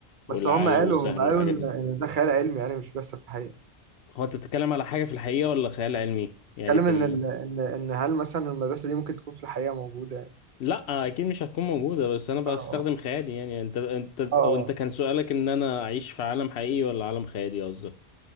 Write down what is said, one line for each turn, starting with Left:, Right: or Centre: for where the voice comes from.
Left: والعالم
Right: بس هم قالوا
Left: والسحر
Right: هم قالوا
Left: والحاجات
Right: ان
Left: دي
Right: ان ده خيال علمي يعني مش بيحصل في الحقيقه
Left: هو انت بتتكلم على حاجة في الحقيقة ولا خيال علمي يعني
Right: اتكلم
Left: في
Right: ان
Left: ال...
Right: ال... ان ان هل مثلا المدرسه دي ممكن تكون في الحقيقه موجوده يعني
Left: لا اكيد مش هتكون موجودة بس انا بستخدم
Right: اه
Left: خيالي يعني انت انت
Right: اه آه.
Left: وانت كان سؤالك ان انا اعيش في عالم حقيقي ولا عالم خيالي قصدك